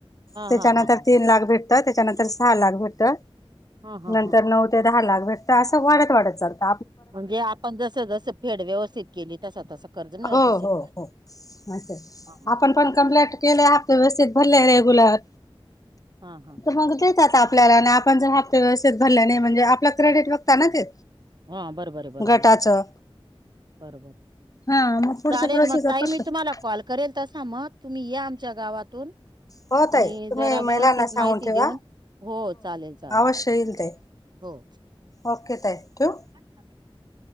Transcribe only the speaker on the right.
हा हा
हा हा
हा
म्हणजे आपण जस जसं फेड व्यवस्थित केली तसं तसं. कर्ज मिळत
असेल
का
हा
हा हा
हा बरोबर आहे बरोबर
बरोबरं
चालेल
मग ताई
मी तुम्हाला कॉल करेल तसा मग तुम्ही या आमच्या गावातून
आणि
जरा
व्यवस्थित
माहिती
देऊन हो चालेल चालेल.
हो.
<unintelligible>